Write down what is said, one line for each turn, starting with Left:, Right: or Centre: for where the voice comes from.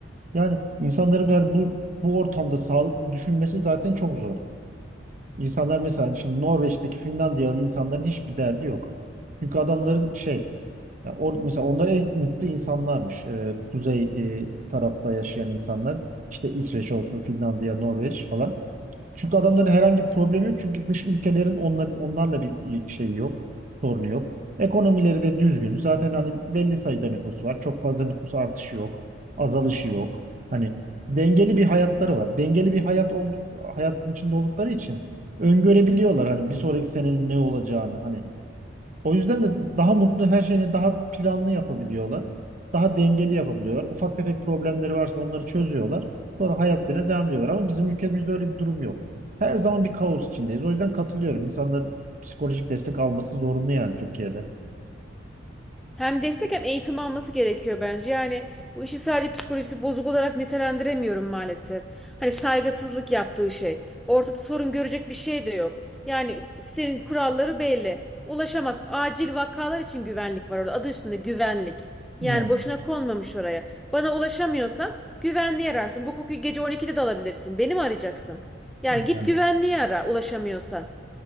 Right: Yani insanların böyle bu bu ortamda sağlıklı düşünmesi zaten çok zor. İnsanlar mesela şimdi Norveç'teki Finlandiyalı insanların hiçbir derdi yok. Çünkü adamların şey ya or, mesela onlar en mutlu insanlarmış. Ee, kuzey e, tarafta yaşayan insanlar. İşte İsveç olsun, Finlandiya, Norveç falan. Çünkü adamların herhangi bir problemi yok. Çünkü dış ülkelerin onla, onlarla bir şeyi yok. Sorunu yok. Ekonomileri de düzgün. Zaten hani belli sayıda nüfus var. Çok fazla nüfus artışı yok. Azalışı yok. Hani dengeli bir hayatları var. Dengeli bir hayat olduk, hayatın içinde oldukları için öngörebiliyorlar hani bir sonraki senenin ne olacağını. Hani o yüzden de daha mutlu her şeyini daha planlı yapabiliyorlar. Daha dengeli yapabiliyorlar. Ufak tefek problemleri varsa onları çözüyorlar. Sonra hayatlarına devam ediyorlar. Ama bizim ülkemizde öyle bir durum yok. Her zaman bir kaos içindeyiz. O yüzden katılıyorum. İnsanların psikolojik destek alması zorunlu yani Türkiye'de.
Centre: Hem destek hem eğitim alması gerekiyor bence. Yani bu işi sadece psikolojisi bozuk olarak nitelendiremiyorum maalesef. Hani saygısızlık yaptığı şey. Ortada sorun görecek bir şey de yok. Yani sitenin kuralları belli. Ulaşamaz. Acil vakalar için güvenlik var orada. Adı üstünde güvenlik.
Right: Yani,
Centre: Yani boşuna konmamış oraya. Bana ulaşamıyorsan güvenliği ararsın. Bu kokuyu gece 12'de de alabilirsin. Beni mi arayacaksın? Yani
Right: yani.
Centre: git güvenliği ara ulaşamıyorsan.